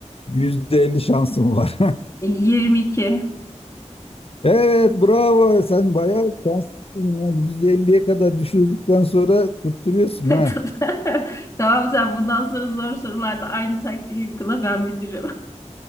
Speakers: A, on the left; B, on the left.
A: %50 şansım var. <laughs>
B: 22.
A: Evet bravo. Sen bayağı şanslısın ya. %50'ye kadar düşürdükten sonra tutturuyorsun ha.
B: Tut- <laughs> Tamam sen bundan sonra zor sorularda aynı taktiği uygula ben bilirim.